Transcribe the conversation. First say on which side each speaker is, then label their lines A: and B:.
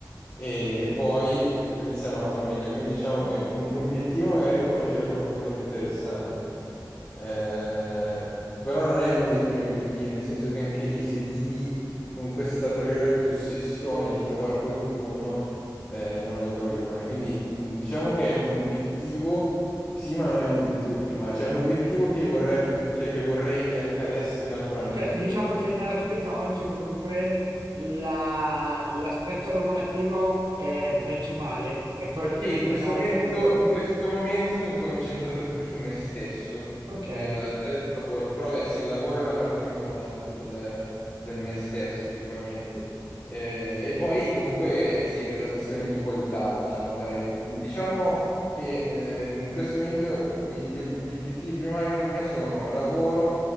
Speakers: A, on the left (about 55°); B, on the right (about 80°).
A: e, e poi pensiamo alla famiglia. Quindi diciamo che un obiettivo magari è conoscere qualcuno di interessante. Eh, però non è uno dei primi obiettivi, nel senso che anche lì se vivi con questa, tra virgolette, ossessione di trovare qualcuno, eh, non la trovi mai. Quindi mh, diciamo che è un obiettivo, sì, ma non è un obiettivo primario, cioè è un obiettivo che vorrebbe, cioè che vorrei che accadesse naturalmente.
B: Cioè, diciamo
A: ok?
B: che nella tua vita oggi comunque la- l'aspetto lavorativo è principale, è quello che
A: Sì,
B: metti
A: in questo
B: davanti
A: momento,
B: a tutto.
A: in questo momento sono concentrato più su me stesso,
B: Ok,
A: eh, al di là del lavoro, però beh, sì, il lavoro è una parte importante del, del me stesso sicuramente. Eh, e poi comunque sì, relazioni di qualità, diciamo, dai, Mm, diciamo che eh, in questo momento gli, gli ob- gli obiettivi primari per me sono lavoro,